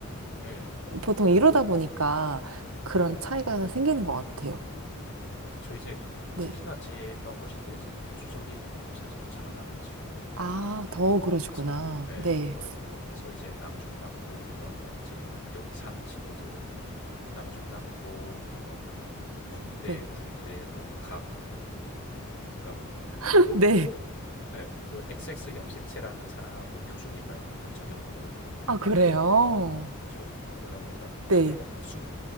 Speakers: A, on the left; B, on the right.
A: 예
B: 보통 이러다 보니까 그런
A: 네네
B: 차이가 생기는 것 같아요.
A: 그쵸 이제
B: 네.
A: 특히나 제가 훨씬 더 이제 보수적인 곳에서 자라나가지고
B: 아, 더 그러시구나.
A: 거기서 예
B: 네.
A: 거기 거기서 이제 남중남고 그 다음에 지금 뭐 여기 사는 친구들은 남중남고 뭐 공대,
B: 네.
A: 군대, 복학이니까 보니까
B: <laughs> 네.
A: 예, 그 XX 염색체라는 사람을 교수님 말고는 본 적이 없는 거예요.
B: 아, 그래요?
A: 예, 그렇죠. 그러다 보니까 다들
B: 네.
A: 약간 쑥,